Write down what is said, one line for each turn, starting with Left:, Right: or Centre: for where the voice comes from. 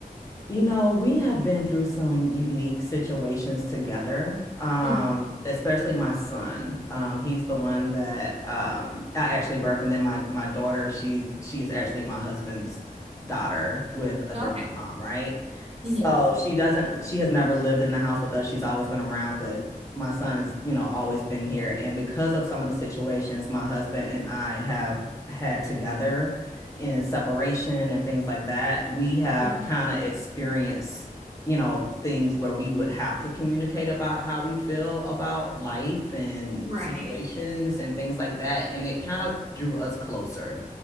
Left: You know, we have been through some unique situations together, um,
Right: Mhm.
Left: especially my son. Um, he's the one that um, I actually birthed, and then my my daughter, she's she is actually my husband's daughter with a different
Right: Okay.
Left: mom, right? So
Right: hmm
Left: she doesn't, she has never lived in the house with us. She's always been around, but my son has, you know, always been here. And because of some of the situations my husband and I have had together and separation and things like that, we have
Right: Yeah.
Left: kind of experienced, you know, things where we would have to communicate about how we feel about life and
Right: Right.
Left: situations and things like that. And it kind of drew us closer